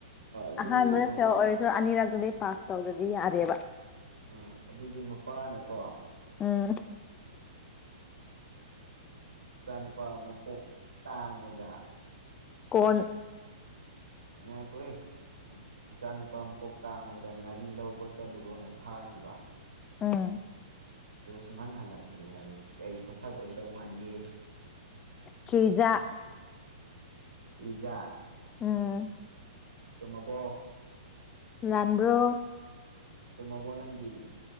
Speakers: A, on the right (about 85°); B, on the left (about 20°).
A: ꯑꯗꯨꯗꯤ
B: ꯑꯍꯥꯟꯕꯗ
A: ꯃꯄꯥ
B: ꯍ ꯑꯣꯏꯔꯁ ꯑꯅꯤꯔꯛꯇꯗꯤ ꯄꯥꯁ ꯇꯧꯔꯗꯤ ꯌꯥꯔꯦꯕ
A: ꯑꯥ ꯑꯗꯨꯗꯤ ꯃꯄꯥꯅꯀꯣ
B: ꯎꯝ
A: ꯏꯆꯥꯅꯨꯄꯥ ꯃꯀꯣꯛ ꯇꯥꯡꯕꯗ
B: ꯀꯣꯟ
A: ꯉꯥꯢꯈꯣꯍꯦ ꯃꯆꯥꯅꯨꯄꯥ ꯃꯀꯣꯛ ꯇꯥꯡꯕꯗ ꯉꯥꯔꯤ ꯂꯧꯕ ꯆꯠꯂꯨꯔꯣꯅ ꯊꯥꯈꯤꯕ
B: ꯑꯥ
A: ꯑꯗꯣ ꯁꯨꯡꯍꯟ ꯍꯜꯂꯛꯇ꯭ꯔꯦ ꯍꯥꯏꯌꯦ ꯀꯩ ꯄꯣꯠꯁꯛ ꯑꯣꯏꯒꯗꯧ ꯃꯥꯟꯒꯦ
B: ꯆꯨꯢꯖꯥꯛ
A: ꯆꯨꯏꯖꯥꯛ
B: ꯎꯝ
A: ꯆꯨꯝꯃꯕꯣ
B: ꯂꯥꯟꯕ꯭ꯔꯣ
A: ꯆꯨꯝꯃꯕꯣ ꯅꯪꯒꯤ